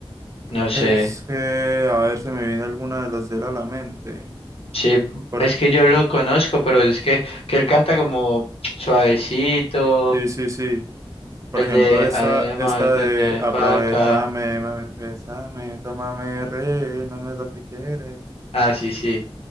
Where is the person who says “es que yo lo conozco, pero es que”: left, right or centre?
Left